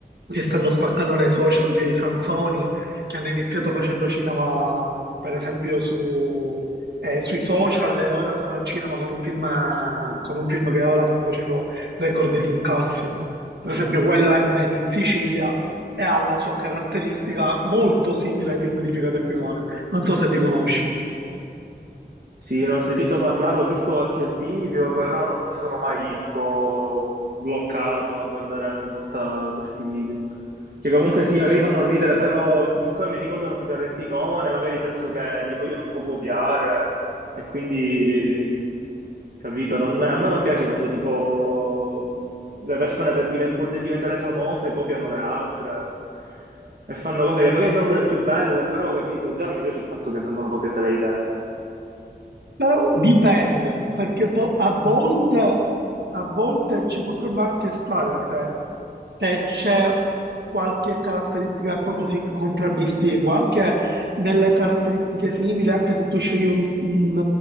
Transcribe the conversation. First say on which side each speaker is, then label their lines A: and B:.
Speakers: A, on the right; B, on the right.
A: che stanno spaccando nei social, dei Sansoni, che hanno iniziato facendo cinema, per esempio, su, eh, sui social e ora sono al cinema con un film, con un film che ora sta facendo record di incassi. Per esempio, quello è Made in Sicilia e ha la sua caratteristica molto simile ai film di Figaro e Picone. Non so se li conosci,
B: Sì, l'ho sentito parlare, ho visto qualche video, però non mi ci sono mai tipo bloccato a guardare ogni volta questi video. Che comunque sì, magari fanno ridere, però siccome mi ricordano più Carreppicone, magari penso che li vogliono un po' copiare e quindi, capito, non- a me non piace quando tipo le persone per diven- pur di diventare famose copiano le altre e fanno cose che magari sono pure più belle, però, capito, già non mi piace il fatto che vengono copiate le idee.
A: però dipende, perché po- a volte, a volte ci potrebbe anche stare se, se c'è qualche caratteristica che proprio si contraddistingua, anche nelle caratteristiche simili, anche se tu scegli un- un,